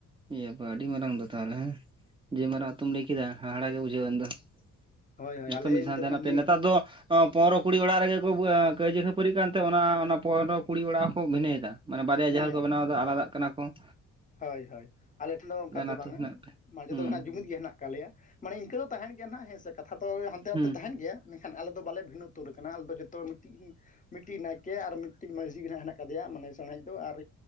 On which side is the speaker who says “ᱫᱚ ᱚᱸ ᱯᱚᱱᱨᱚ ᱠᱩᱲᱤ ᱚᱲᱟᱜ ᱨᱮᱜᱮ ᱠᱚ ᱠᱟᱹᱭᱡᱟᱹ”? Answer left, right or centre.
Right